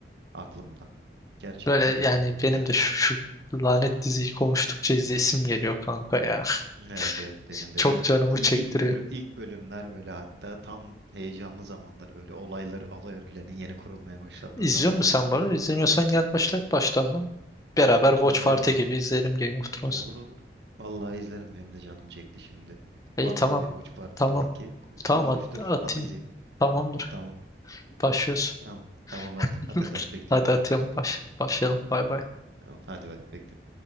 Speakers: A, on the right; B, on the left.
A: aklımda. Gerçekten
B: Böyle yani
A: öyleydi maalesef.
B: benim de şu, şu lanet diziyi konuştukça izleyesim geliyor kanka ya.
A: Evet
B: <laughs>
A: evet benim de
B: Çok
A: İ-
B: canımı
A: i-
B: çektiriyor.
A: ilk bölü ilk bölümler böyle hatta tam heyecanlı zamanları böyle olaylar olay örgülerinin yeni kurulmaya başlandığı
B: İzliyor
A: zamanlar
B: musun sen bunu? İzlemiyorsan gel başlat baştan lan. Beraber
A: olur
B: Watch
A: izlerim
B: Party
A: ha.
B: gibi izleyelim Game of Thrones.
A: Olur olur. Vallahi izlerim benim de canım çekti şimdi.
B: İyi
A: Varsa
B: tamam.
A: bir Watch Party
B: Tamam.
A: linki ku-
B: Tamam
A: kur oluştur
B: at- atayım.
A: at izleyeyim.
B: Tamamdır.
A: Tamam.
B: Başlıyoruz.
A: Tamam. Tamam hadi.
B: <laughs>
A: Hadi hadi, hadi bekliyorum.
B: Hadi atıyorum.
A: Hadi.
B: Baş, başlayalım. Bay bay.
A: Tamam, hadi bay bekliyorum.